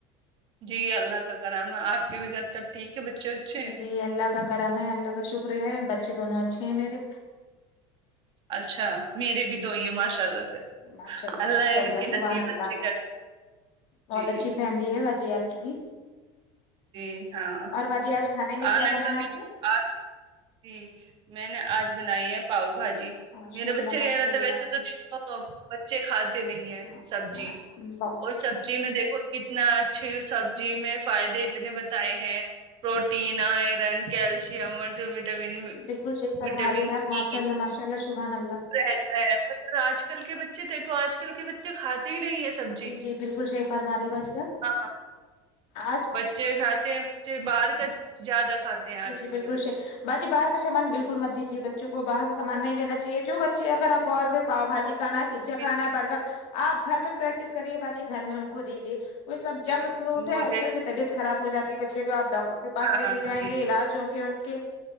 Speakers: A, on the right (about 40°); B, on the left (about 60°).
A: جی اللہ کا کرم ہے آپ کے بھی گھر سب ٹھیک ہے بچے وچے
B: جی جی اللہ کا کرم ہے اللہ کا شکر ہے بچے دونوں اچھے ہیں میرے
A: اچھا میرے بھی دو ہی ہیں ماشاء اللہ
B: ماشاء
A: اللہ
B: ماشاء
A: ان کے
B: سبحان
A: نصیب
B: اللہ
A: اچھے کر یں
B: بہت
A: جی
B: اچھی فیملی ہے باجی آپ کی بھی
A: جی ہاں
B: اور باجی آج کھانے میں
A: آنا
B: کیا بنایا
A: کبھی
B: آپ نے
A: آج جی میں نے آج بنائی ہے پاؤ بھاجی
B: ماشاء
A: میرا
B: اللہ
A: بچہ
B: ماشاء
A: کہہ رہا
B: اللہ
A: تھا ویسے تو دیکھو بچے کھاتے نہیں ہے
B: ما-
A: سبزی
B: ما- بہ-
A: اور سبزی میں دیکھو کتنا اچھے سبزی میں فائدے اتنے بتائے ہیں پروٹین آئرن کیلشیم ملٹی وٹا ٹامن
B: بالکل صحیح فرما
A: وٹامن
B: رہی ہیں آپ
A: سی
B: ماشاء
A: بھی
B: اللہ ماشاء اللہ سبحان اللہ
A: رہتا ہے آج کل کے بچے دیکھو آج کل کے بچے کھاتے ہی نہیں ہے سبزی
B: جی جی بالکل صحیح فرما رہی باجی
A: ہاں
B: آج
A: بچے کھاتے ہیں بچے باہر کا زیادہ کھاتے ہیں
B: جی
A: آج
B: جی
A: کل
B: بالکل
A: کے بچے
B: صحیح باجی باہر کا سامان بالکل مت دیجیے بچوں کو باہر کا سامان نہیں دینا چاہیے جو بچے اگر آپ بال پاؤ بھای کھانا پیزا کھانا
A: جی، جی،
B: برگر آپ گھر میں پریکٹس کریے باجی گھر میں ان کو دیجیے وہ سب جنک
A: بالکل
B: فروٹ ہے
A: مجھے
B: اس میں سے طبعت خراب ہوجاتی ہے بچے کو آپ ڈاکٹر کے پاس
A: ہاں
B: لے کے جائیں
A: جی
B: گے علاج ہو کے ان کے